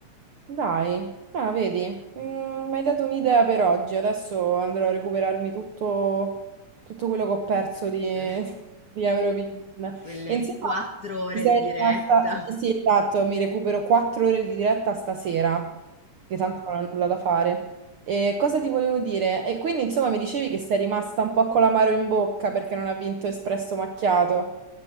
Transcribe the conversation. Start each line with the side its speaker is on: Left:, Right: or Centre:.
Right: Dai, ah, vedi, Mm, mi hai dato un'idea per oggi. Adesso andrò a recuperarmi tutto, tutto quello che ho perso di,
Left: <laughs>
Right: <laughs> di Eurovision.
Left: quelle
Right: E insomma,
Left: quattro ore
Right: ti sei
Left: di diretta.
Right: rimasta... Sì, sì, esatto, mi recupero quattro ore di diretta stasera, che tanto non ho nulla da fare. E cosa ti volevo dire? E quindi, insomma, mi dicevi che sei rimasta un po' con l'amaro in bocca perché non ha vinto Espresso Macchiato.